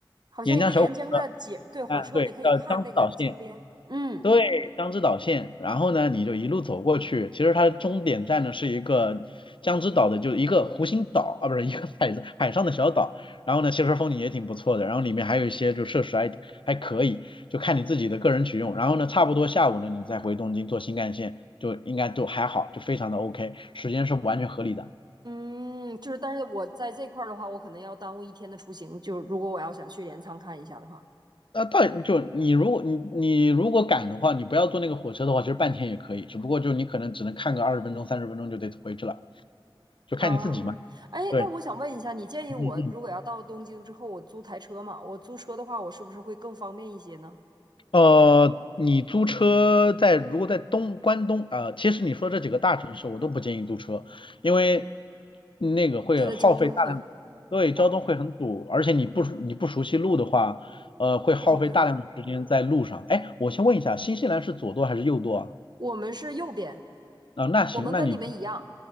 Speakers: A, on the right; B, on the left.
A: 好像一个沿江的街，
B: 沿江小火车，
A: 对，火车你可以看那个江边，
B: 嗯，对，叫江之岛线，
A: 嗯
B: 对，江之岛线。然后呢，你就一路走过去，其实它的终点站呢是一个江之岛的，就是一个湖心岛啊，不是一个海海上的小岛。然后呢，其实风景也挺不错的，然后里面还有一些就设施还还可以，就看你自己的个人取用。然后呢，差不多下午呢，你再回东京坐新干线，就应该就还好，就非常的 OK，时间是完全合理的。
A: 嗯，就是，但是我在这块儿的话，我可能要耽误一天的出行，就是如果我要想去镰仓看一下的话，
B: 那到就你如果你你如果赶的话，你不要坐那个火车的话，其实半天也可以，只不过就你可能只能看个二十分钟、三十分钟就得回去了，就看你自己嘛。
A: 哦，哎，
B: 对，
A: 那我想问一下，你建议我如果要到东京之后，
B: 嗯嗯。
A: 我租台车嘛？我租车的话，我是不是会更方便一些呢？
B: 呃，你租车在如果在东关东啊、呃其实你说这几个大城市我都不建议租车，因为那个会耗费大量，
A: 它的交通很
B: 对，
A: 啊，
B: 交通会很堵，而且你不熟你不熟悉路的话，呃，会耗费大量的时间在路上。
A: 不好开，
B: 哎，我先问一下，新西兰是左舵还是右舵啊？
A: 我们是右边，
B: 啊、那行，
A: 我们跟你们一样，
B: 那你